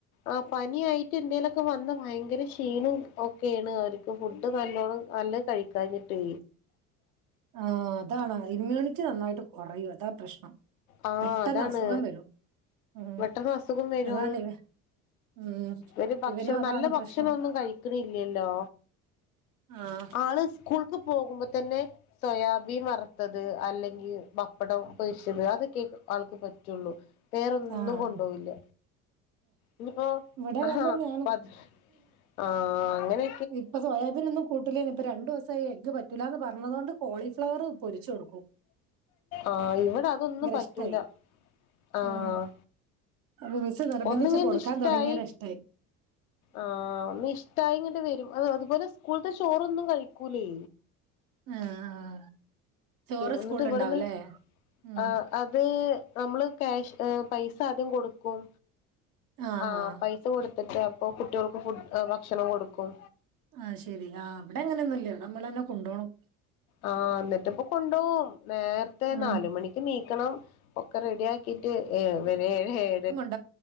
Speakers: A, on the left (about 75°); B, on the right (about 50°).
A: ആ പനിയായിട്ട് എന്തേലൊക്കെ വന്ന് ഭയങ്കര ക്ഷീണം ഒക്കെയാണ് അവർ ഫുഡ് നല്ലോണം നല്ല കഴിക്കാഞ്ഞിട്ട്.
B: ആ അതാണ് ഇമ്മ്യൂണിറ്റി നന്നായിട്ട് കുറയും അതാ പ്രശ്നം.
A: ആഹ്
B: പെട്ടെന്ന്
A: അതാണ്
B: അസുഖം വരും ഉം
A: പെട്ടെന്ന് അസുഖം വരും.
B: അതാണ് ഉം
A: ഒരു ഭക്ഷണം
B: ഇവനും അതാണ്
A: നല്ല ഭക്ഷണം
B: പ്രശ്നം
A: ഒന്നും കഴിക്കണില്ലല്ലോ
B: ആഹ്
A: ആള് സ്കൂൾക്ക് പോകുമ്പോ തന്നെ സോയാബീൻ വറുത്തത്, അല്ലെങ്കിൽ പപ്പടം പൊരി ച്ചത്, അതൊക്കെ ആൾക്ക് പറ്റുള്ളൂ. വേറെ ഒന്നും
B: ആഹ്
A: കൊണ്ടോണില ഇനിപ്പോ
B: ഇവിടെ അങ്ങനെ
A: ആഹാ
B: തന്നെയാണ്
A: പത് ആഹ് അങ്ങനെ
B: ഇപ്പൊ സോയാബീൻ ഒന്നും കൂട്ടുല്ലയിന് ഇപ്പൊ രണ്ട് ദിവസമായി എഗ് പറ്റൂല്ല എന്ന് പറഞ്ഞതുകൊണ്ട് കോളിഫ്ലവർ പൊരിച്ച് കൊടുകും.
A: ആഹ് ഇവിടെ അതൊന്നും പറ്റൂല
B: ഇഷ്ടായി
A: ആഹ്.
B: ഉം അപ്പൊ മിസ് നിർബന്ധിച്ച്
A: ഒന്നിങ്ങണ്ട്
B: കൊടുക്കാൻ
A: ഇഷ്ടായി
B: തുടങ്ങിയോരം ഇഷ്ടായി.
A: ആഹ് ഒന്ന് ഇഷ്ട്ടായിങ്ങട്ട് വരും അതുപോലെ സ്കൂളത്തെ ചോറൊന്നും കഴിക്കൂലേ?
B: ആഹ് ആ ചോറ്
A: എന്നിട്ട്
B: സ്കൂളിൽ
A: ഇവിടുന്ന്
B: ഉണ്ടാവുംല്ലേ ഉം
A: ആഹ് അത് നമ്മള് കാഷ് പൈസ ആദ്യം കൊടുക്കും
B: ആഹ്
A: ആ
B: ആഹ്
A: പൈ പൈസ കൊടുത്തിട്ട് അപ്പോൾ കുട്ടികൾക്ക് ഫുഡ് ഭക്ഷണം കൊടുക്കും.
B: ആഹ് ശരി ആഹ് അവിടെ അങ്ങനെയൊന്നും ഇല്ല ഇവിടെ നമ്മളന്നെ കൊണ്ടു പോകണം.
A: ആ എന്നിട്ട്പ്പൊ കൊണ്ടുപോകും നേരത്തെ
B: ഉം
A: നാലുമണിക്ക് നീക്കണം ഒക്കെ റെഡിയ ആക്കി <unintelligible>
B: <unintelligible>